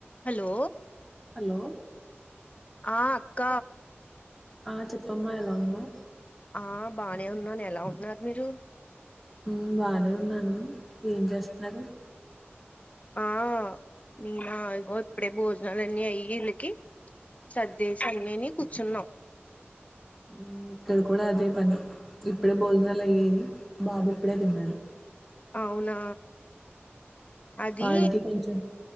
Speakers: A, on the left; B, in the centre.
A: Hello
B: hello
A: ఆ అక్క
B: ఆ చెప్పమ్మా ఎలా ఉన్నావ్
A: ఆ బానే ఉన్నాను ఎలా ఉన్నారు మీరు
B: మ్ బానే ఉన్నాను ఏం చేస్తన్నరు
A: ఆ నీనా ఇగో ఇప్పుడే భోజనాలన్నీ అయి ఈళ్ళకి సర్దేశి అన్నినీ కూర్చున్నాం
B: ఉమ్, ఇక్కడ కూడా అదే పని ఇప్పుడే భోజనాలు అయ్యాయి బాబు ఇప్పుడే తిన్నాడు
A: అవునా అది
B: వాడికి కొంచెం